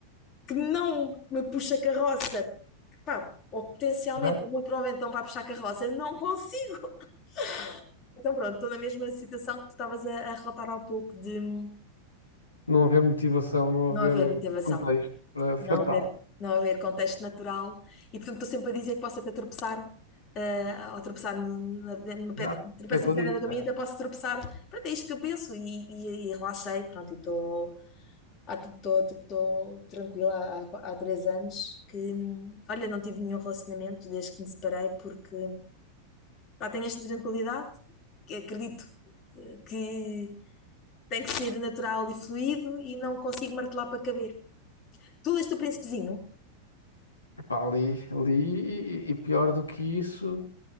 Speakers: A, on the left; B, on the left.
A: que não me puxa carroça, que, pá, ou potencialmente,
B: já?
A: muito provavelmente não vai puxar carroça, eu não consigo. <laughs> Então pronto, estou na mesma situação que tu estavas a, a relatar há pouco de hum,
B: Não haver motivação, não
A: não
B: haver
A: haver motivação.
B: contexto para para
A: não
B: tal.
A: haver, não haver contexto natural. E, portanto, estou sempre a dizer que posso até tropeçar, ah, ao tropeçar no, no, no
B: Exato,
A: pé, tropeço
B: isso é o que
A: no
B: eu
A: pedra
B: disse.
A: no caminho,
B: né?
A: até posso tropeçar. Pronto, é isto que eu penso e, e, e relaxei, pronto, e estou ah, estou- estou- estou tranquila há, há três anos que, hum, olha, não tive nenhum relacionamento desde que me separei porque pá, tenho esta tranquilidade, que acredito eh, que tem que ser natural e fluido e não consigo martelar para caber. Tu leste o Príncipezinho?
B: Epá, li, li e, e pior do que isso,